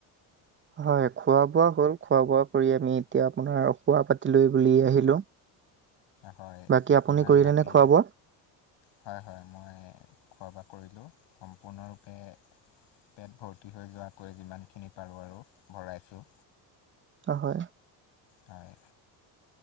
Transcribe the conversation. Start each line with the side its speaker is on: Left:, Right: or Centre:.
Right: হয় খোৱা বোৱা হ'ল খোৱা বোৱা কৰি আমি এতিয়া আপোনাৰ শোৱা পাতিলৈ বুলি আহিলো?
Left: হয়
Right: বাকী
Left: সিমান
Right: আপুনি কৰিলে
Left: ৰাতি
Right: নে খোৱা বোৱা
Left: হয় হয় মই খোৱা। কৰিলোঁ সম্পূৰ্ণৰূপে। পেট ভৰ্তি হৈ যোৱাকৈ যিমানখিনি পাৰোঁ আৰু ভৰাইছোঁ?
Right: হয় হয়।
Left: হয়